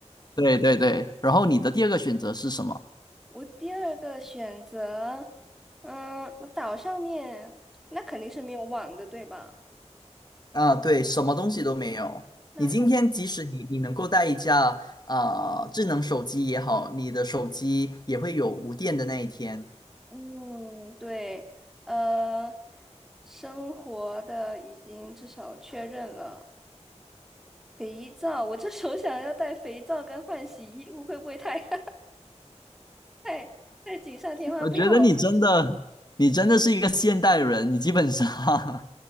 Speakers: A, on the left; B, in the centre.
A: 对对对，然后你的第二个选择是什么？
B: 我第二个选择，嗯，那岛上面那肯定是没有网的，对吧？
A: 啊，对，什么东西都没有。
B: 那很，
A: 你今天即使你你能够带一架啊、智能手机也好，你的手机也会有无电的那一天。
B: 嗯，对，呃，生活的已经至少确认了。肥皂，我这手想要带肥皂跟换洗衣物，会不会太 <laughs> 太太锦上添花？
A: 我觉得你真的，
B: 不要
A: 你真的是一个现代人，你基本上 <laughs>